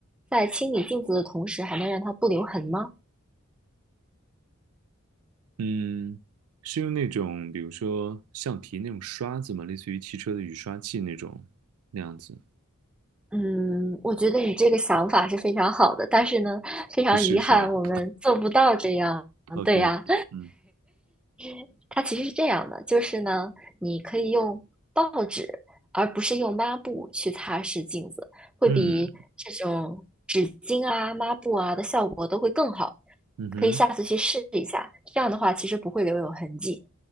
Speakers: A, in the centre; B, on the right.
A: 在清理镜子的同时，还能让它不留痕吗？
B: 嗯，是用那种比如说橡皮那种刷子吗？类似于汽车的雨刷器那种那样子？
A: 嗯，我觉得你这个想法是非常好的，但是呢，非常遗憾，
B: 不是是吧
A: 我们做不到这样。
B: ？OK，
A: 对呀，
B: 嗯
A: <laughs> 它其实是这样的，就是呢，你可以用报纸，而不是用抹布去擦拭镜子，会比这种纸巾啊、
B: 嗯
A: 抹布啊的效果都会更好。
B: 嗯哼，
A: 可以下次去试一下，这样的话其实不会留有痕迹。